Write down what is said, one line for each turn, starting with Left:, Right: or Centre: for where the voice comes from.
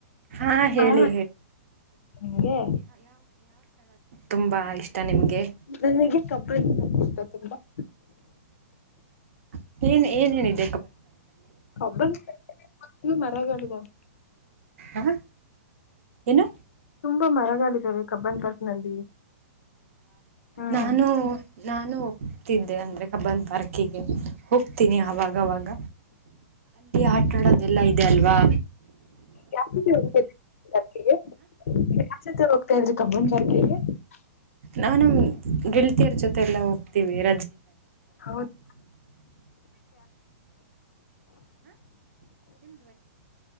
Right: ಆ ಹೇಳಿ.
Left: ಹಾ ನಿಮ್ಗೆ
Right: ತುಂಬಾ ಇಷ್ಟ ನಿಮಗೆ.
Left: <inaudible> <inaudible>
Right: <inaudible>
Left: ಕಬ್ಬನ್ ಇವು ಮರಗಳಿದಾವೆ
Right: ಆ ಏನು.
Left: ತುಂಬಾ ಮರಗಳಿದಾವೆ ಕಬ್ಬನ್ ಪಾರ್ಕ್ ನಲ್ಲಿ. ಹ್ಮ್
Right: ನಾನು. ನಾನು ಹೋಗ್ತಿದ್ದೆ ಕಬ್ಬನ್ ಪಾರ್ಕ್ಗೆ ಗೇ. ಹೋಗ್ತೀನಿ ಅವಾಗ ಅವಾಗ ಆಟ ಆಡೋದು ಎಲ್ಲ ಇದೆ ಅಲ್ವಾ.
Left: ಯಾವ್ ಜೊತೆ ಹೋಗ್ತಾ ಇದ್ರಿ ಪಾರ್ಕಿಗೆ ಯಾರ್ ಜೊತೆ ಹೋಗ್ತಾ <inaudible>
Right: ನಾನು ಗೆಳತಿಯರ ಎಲ್ಲ ಜೊತೆ ಹೋಗ್ತೀನಿ. <inaudible>
Left: ಹೌದು